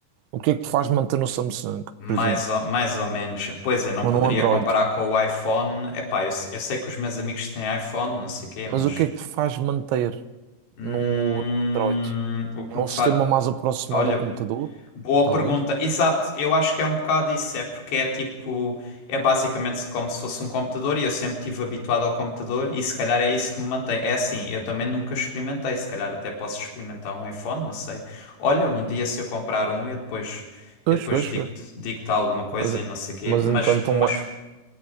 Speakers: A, on the right; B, on the left.
A: O que é que te faz manter no Samsung,
B: Mais
A: por exemplo,
B: ou, mais ou menos. Pois é, não poderia
A: ou no Android?
B: comparar com o iPhone. Epá, eu, se- eu sei que os meus amigos têm iPhone, não sei quê, mas.
A: Mas o que é que te faz manter
B: Hum,
A: no, no Android?
B: o que
A: É
B: me
A: um
B: faz.
A: sistema mais aproximado
B: Olha,
A: ao computador,
B: Boa
A: talvez.
B: pergunta. Exato, eu acho que é um bocado isso, é porque é tipo, é basicamente como se fosse um computador e eu sempre estive habituado ao computador e se calhar é isso que me mantém. É assim, eu também nunca experimentei, se calhar até posso experimentar um iPhone, não sei. Olha, um dia se eu comprar um, eu depois,
A: Pois,
B: eu depois
A: pois,
B: digo-te,
A: pois.
B: digo-te alguma coisa
A: Mas,
B: e não sei quê,
A: mas
B: mas,
A: então, tu,
B: mas
A: é,